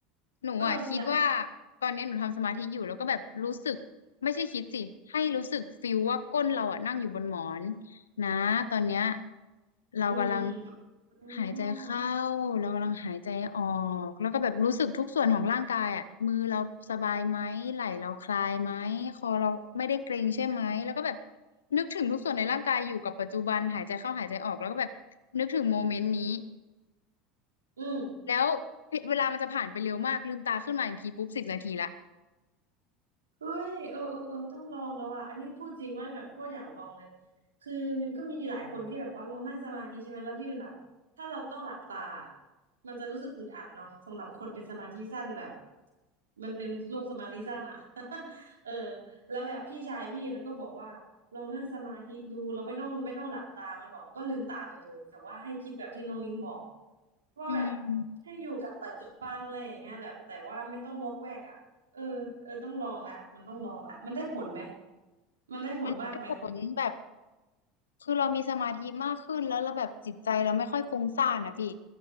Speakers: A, on the left; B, on the right.
A: หนูอ่ะคิดว่า
B: เอออยากรู้
A: ตอนนี้หนูทำสมาธิอยู่แล้วก็แบบรู้สึกไม่ใช่คิดสิให้รู้สึกฟิลว่าก้นเราอ่ะนั่งอยู่บนหมอนนะตอนเนี้ยเรากำลัง
B: อืมอืมอืม อ๋อ
A: หายใจเข้าเรากำลังหายใจออกแล้วก็แบบรู้สึกทุกส่วนของร่างกายอ่ะมือเราสบายไหมไหล่เราคลายไหมคอเราไม่ได้เกร็งใช่ไหมแล้วก็แบบนึกถึงทุกส่วนในร่างกายอยู่กับปัจจุบันหายใจเข้าหายใจออกแล้วก็แบบนึกถึงโมเมนต์นี้
B: อืม
A: แล้วเวลามันจะผ่านไปเร็วมาก ลืมตาขึ้นมาอีกทีปุ๊บสิบนาทีละ
B: เฮ้ยเออเออเออต้องลองแล้วอ่ะอันนี้พูดจริงว่าแบบโคตรอยากลองเลยคือมันก็มีหลายคนที่แบบว่าลองนั่งสมาธิใช่ไหมแล้วพี่เป็นแบบถ้าเราต้องหลับตามันจะรู้สึกอึดอัดเนาะสำหรับคนเป็นสมาธิสั้นแบบมันเป็นโรคสมาธิสั้นอ่ะ <laughs> เออแล้วแบบพี่ชายพี่มันก็บอกว่าลองนั่งสมาธิดูเราไม่ต้องไม่ต้องหลับตามันบอกก็ลืมตาไปเลยแต่ว่าให้คิดแบบที่น้องนิ้งบอกว่าแบบ
A: อืม
B: ให้อยู่กับปัจจุบันอะไรอย่างเงี้ยแบบแต่ว่าไม่ต้องวอกแวกอ่ะ เออเออต้องลองละมันต้องลองละ มันได้ผลไหมมันได้ผลมากไหม
A: มันได้ผลแบบคือเรามีสมาธิมากขึ้นแล้วเราแบบจิตใจเราไม่ค่อยฟุ้งซ่านนะพี่